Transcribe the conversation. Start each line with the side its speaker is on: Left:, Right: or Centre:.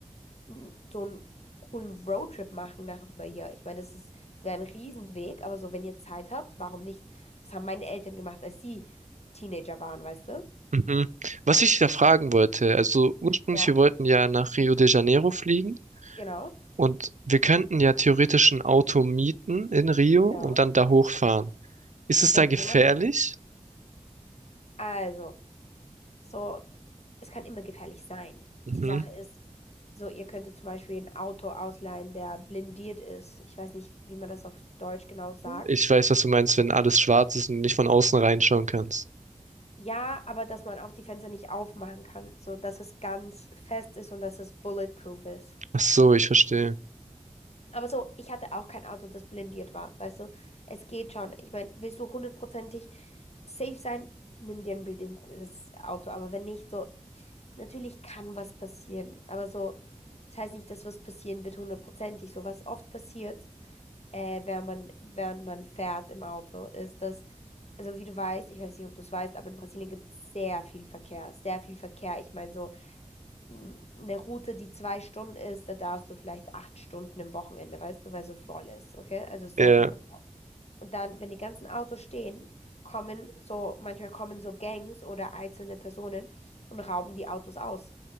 Left: mm, so einen coolen Roadtrip machen nach hier. Ich meine, das ist, das wäre ein Riesenweg, aber so, wenn ihr Zeit habt, warum nicht? Das haben meine Eltern gemacht, als sie Teenager waren, weißt du?
Right: mhm. Was ich da fragen wollte, also ursprünglich,
Left: Ja,
Right: wir wollten ja nach Rio de Janeiro fliegen
Left: genau,
Right: und wir könnten ja theoretisch ein Auto mieten in Rio
Left: genau.
Right: und dann da hochfahren. Ist es
Left: Könntet
Right: da gefährlich?
Left: ihr machen. Also, so, es kann immer gefährlich sein.
Right: Mhm.
Left: Die Sache ist, so, ihr könntet zum Beispiel ein Auto ausleihen, der blindiert ist. Ich weiß nicht, wie man das auf Deutsch genau sagt.
Right: Ich weiß, was du meinst, wenn alles schwarz ist und du nicht von außen reinschauen kannst.
Left: Ja, aber dass man auch die Fenster nicht aufmachen kann, so dass es ganz fest ist und dass es bulletproof ist.
Right: Ach so, ich verstehe.
Left: Aber so, ich hatte auch kein Auto, das blindiert war. Weißt du, es geht schon. Ich meine, willst du hundertprozentig safe sein, nimm dir ein blindiertes Auto. Aber wenn nicht, so natürlich kann was passieren, aber so, das heißt nicht, dass was passieren wird hundertprozentig. So was oft passiert, äh, während man, während man fährt im Auto, ist, dass, also wie du weißt, ich weiß nicht, ob du es weißt, aber in Brasilien gibt es sehr viel Verkehr, sehr viel Verkehr. Ich meine, so n- eine Route, die zwei Stunden ist, da darfst du vielleicht acht Stunden im Wochenende, weißt du, weil so voll ist, okay? Also sehr
Right: Ja,
Left: viel Verkehr. Und dann, wenn die ganzen Autos stehen, kommen so, manchmal kommen so Gangs oder einzelne Personen und rauben die Autos aus.